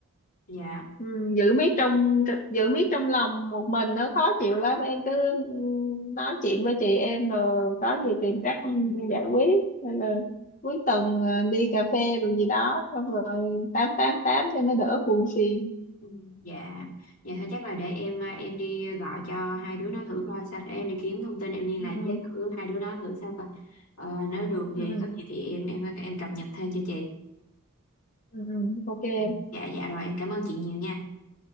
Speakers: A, on the left; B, on the left.
A: dạ
B: ừ, giữ miết trong giữ miết trong lòng một mình nó khó chịu lắm em cứ ừ, nói chuyện với chị em rồi có gì tìm cách giải quyết hay là cuối tuần ờ, đi cà phê rồi gì đó xong rồi tám tám tám cho nó đỡ buồn phiền
A: Ừ. Dạ, dạ thôi chắc là để em à, em đi gọi cho hai đứa nó thử coi sao để em đi kiếm thông tin em liên
B: ừ
A: lạc với thử hai đứa nó thử sao coi. Ờ, nếu được
B: ừ
A: thì
B: ừ
A: có gì thì em em em cập nhật thêm cho chị.
B: ừ ừ, ừ, ok em
A: Ừ. Dạ dạ rồi em cảm ơn chị nhiều nha.